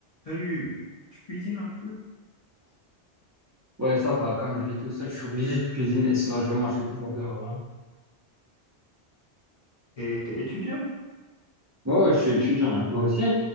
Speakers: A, on the left (about 40°); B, on the right (about 30°).
A: Salut, tu cuisines un peu?
B: Ouais, ça va. Comme je vis tout seul, je suis obligé de cuisiner, sinon je vais manger toujours dehors. hein.
A: T'es, t'es étudiant?
B: Ouais, ouais, je suis étudiant. hein. Toi aussi?